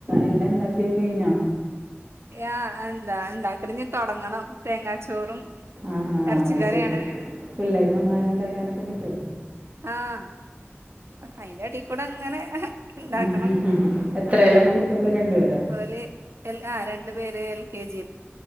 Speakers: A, on the right (about 35°); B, on the right (about 70°).
A: എല്ലാം ഇണ്ടാക്കിയക്കഴിഞ്ഞാ
B: ആ എന്താ ഉണ്ടാക്കനിഞ് തുടങ്ങണം തേങ്ങാച്ചോറും
A: ആഹാ
B: ഇറച്ചിക്കറിയാണ്
A: അത് ശരി പിള്ളേര് വന്നാലും ഉണ്ടാക്കാനൊക്കെ പറ്റോ
B: ആഹ് അയിന്റെ അടിയിൽക്കൂടെ അങ്ങനെ ഉണ്ടാക്കണം
A: ആ, എത്രയിലാ അപ്പൊ കുട്ടികൾ രണ്ടുപേരോ
B: ഓല് ആ രണ്ട് പേര് എൽ കെ ജി